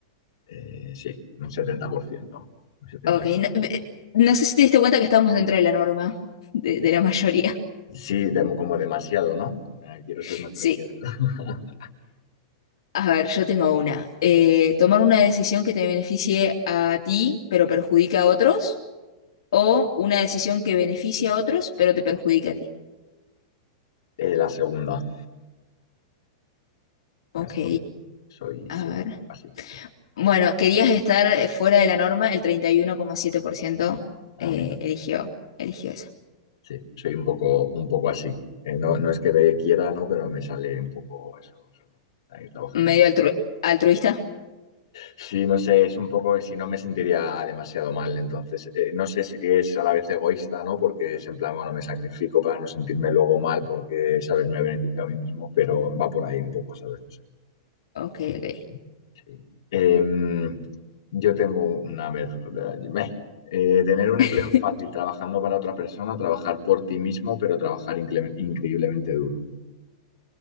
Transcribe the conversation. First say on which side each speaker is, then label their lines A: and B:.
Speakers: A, on the left (about 60°); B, on the left (about 80°).
A: Eh, sí, un setenta por ciento Un 70,5%.
B: Ok, no, no sé si te diste cuenta que estamos dentro de la norma, de, de la mayoría.
A: Sí, de- como demasiado, ¿no? Eh, quiero
B: <laughs>
A: ser más
B: Sí.
A: original. <laughs>
B: A ver, yo tengo una. Eh, tomar una decisión que te beneficie a ti, pero perjudique a otros, o una decisión que beneficie a otros, pero te perjudique a ti.
A: Eh, la segunda. La
B: Ok,
A: segunda. Soy,
B: a
A: soy
B: ver.
A: un poco así.
B: Bueno, querías estar eh, fuera de la norma, el 31,7%
A: Ah,
B: eh,
A: mira.
B: eligió, eligió eso.
A: Sí, soy un poco, un poco así. Eh, no, no es que me quiera, ¿no? Pero me sale un poco eso solo. Hay que trabajar en
B: Medio
A: ello.
B: altru- altruista.
A: Sí, no sé, es un poco, si no me sentiría demasiado mal, entonces, eh, no sé si es a la vez egoísta, ¿no? Porque es en plan, bueno, me sacrifico para no sentirme luego mal porque, ¿sabes? Me beneficio a mí mismo, pero va por ahí un poco, ¿sabes? No sé.
B: Ok, ok.
A: Sí. Em, yo tengo una... ver- meh. Eh, tener un empleo
B: <laughs>
A: fácil trabajando para otra persona, trabajar por ti mismo, pero trabajar incre- increíblemente duro.